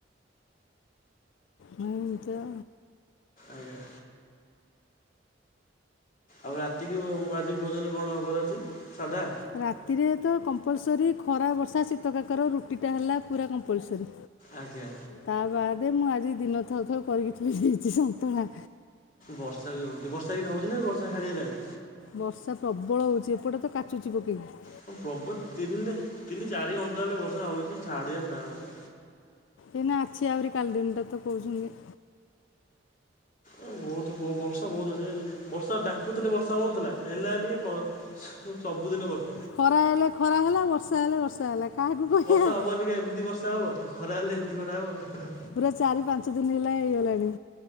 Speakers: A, on the left; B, on the left.
A: ଯାହା ହେଇଥିବ।
B: ଆଜ୍ଞା। ଆଉ ରାତିକି ବ ମୁଁ ଆଜି ଭୋଜନ କଣ ହବାର ଅଛି ସାଧା?
A: ରାତିରେ ତ କମ୍ପଲସରି ଖରା ବର୍ଷା ଶୀତ କାକର ରୁଟିଟା ହେଲା ପୁରା କମ୍ପଲସରୀ
B: ଆଜ୍ଞା
A: ତା ବାଦେ ମୁଁ ଆଜି ଦିନ ଥାଉ ଥାଉ କରିକି ଥୋଇ ଦେଇଛି ସନ୍ତୁଳା।
B: ବର୍ଷା ବି ହଉଚି ବର୍ଷା ଇମତି ହଉଚି ନା ବର୍ଷା ଛାଡି ଗଲାଣି?
A: ବର୍ଷା ପ୍ରବଳ ହଉଚି ଏପଟେ ତ କାଚୁଚି ପକେଇକି।
B: ବଂ ପ୍ରବ ଚିରିଲେ ତିନି ତିନି ଚାରି ଘଣ୍ଟା ହେଲେ ବର୍ଷା ହଉଛି ଛାଡିଆର ନା ନାହିଁ।
A: ଏଇନା ଅଛି ଆହୁରି କାଲି ଦିନଟା ତ କହୁଛନ୍ତି।
B: ଏ ବହୁତ ବ ବର୍ଷା ବହୁତ ଅଛି ବର୍ଷା ଡାକୁଥିଲେ ବର୍ଷା ହଉ ନ ଥିଲା ହେଲା ବୋଲି ଟିକେ କଣ ସବୁଦିନେ ବର୍
A: ଖରା ହେଲେ ଖରା ହେଲା ବର୍ଷା ହେଲେ ବର୍ଷା ହେଲା। କାହାକୁ କହିବା
B: ବର୍ଷା ହବ ବୋଲି ଟିକେ ଏମିତି ବର୍ଷା ହବ ଖରା ହେଲେ ଏମିତି ଖରା ହବ।
A: ପୁରା ଚାରି ପାଞ୍ଚ ଦିନ ହେଲା ହେଇଗଲାଣି।